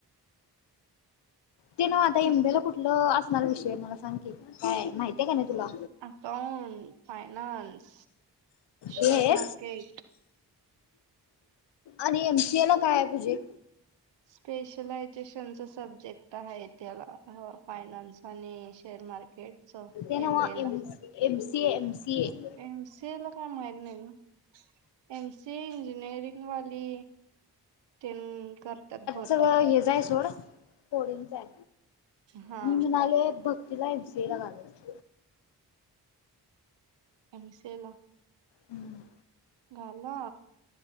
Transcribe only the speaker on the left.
ते काय आता एम. बी. ए. ला कुठलं असणार विषय मला सांग की काय माहिती माहिती हाय काय नाय तुला
हे
आणि एम. सी. ए. ला काय हाय तुझी
ते
Now
M. C. A., M. C. A.
सगळ हेच हाय सोड पोरींच हाय
मी म्हणालोय भक्तीला एम. सी. ए ला घालायचं
हम